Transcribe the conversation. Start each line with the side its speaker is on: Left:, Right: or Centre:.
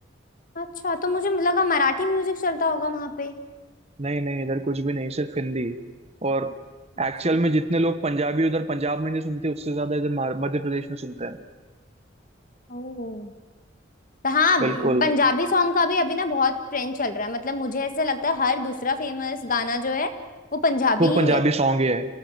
Left: अच्छा तो मुझे लगा मराठी म्यूजिक चलता होगा वहां पे
Right: नहीं नहीं इधर कुछ भी नहीं सिर्फ हिंदी और
Left: अच्छा
Right: एक्चुअल में जितने लोग पंजाबी उधर पंजाब में नहीं सुनते उससे ज्यादा इधर मार- मध्य प्रदेश में सुनते हैं
Left: ओह तो हाँ
Right: बिल्कुल
Left: पंजाबी सॉन्ग का भी अभी ना बहुत ट्रेंड चल रहा है मतलब मुझे ऐसा लगता है हर दूसरा फेमस गाना जो है वो पंजाबी
Right: वो
Left: ही
Right: पंजाबी
Left: है
Right: सॉन्ग ही है